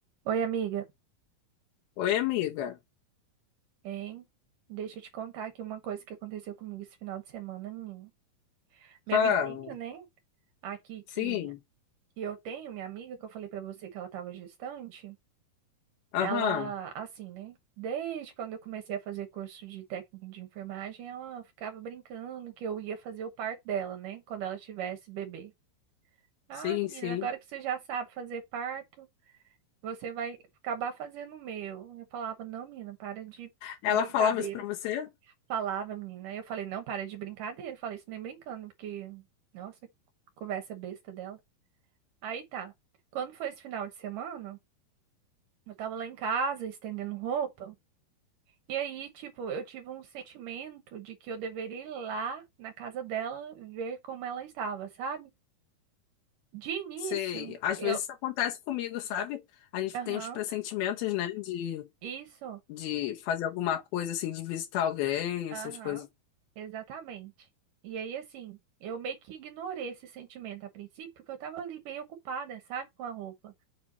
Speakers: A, on the right; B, on the left.
A: Oi, amiga.
B: Oi, amiga.
A: Hein? Deixa eu te contar aqui uma coisa que aconteceu comigo esse final de semana, menina. Minha
B: Fala.
A: vizinha, né? Aqui que,
B: Sim.
A: que eu tenho, minha amiga, que eu falei pra você que ela tava gestante.
B: Aham.
A: Ela, assim, né? Desde quando eu comecei a fazer curso de técnico de enfermagem, ela ficava brincando que eu ia fazer o parto dela, né? Quando ela tivesse bebê. Ah,
B: Sim,
A: menina,
B: sim.
A: agora que você já sabe fazer parto, você vai acabar fazendo o meu. Eu falava, não, menina, para de
B: Ela
A: brincadeira.
B: falava isso pra você?
A: Falava, menina. Eu falei, não, para de brincadeira. Eu falei isso nem brincando, porque, nossa, conversa besta dela. Aí tá. Quando foi esse final de semana, eu tava lá em casa estendendo roupa. E aí, tipo, eu tive um sentimento de que eu deveria ir lá na casa dela ver como ela estava, sabe? De início,
B: Sei. Às
A: eu.
B: vezes isso acontece comigo, sabe? A gente
A: Aham,
B: tem uns pressentimentos, né? De,
A: isso.
B: de fazer alguma coisa, assim, de visitar alguém, essas
A: Aham,
B: coisas.
A: exatamente. E aí, assim, eu meio que ignorei esse sentimento a princípio, porque eu tava ali bem ocupada, sabe, com a roupa.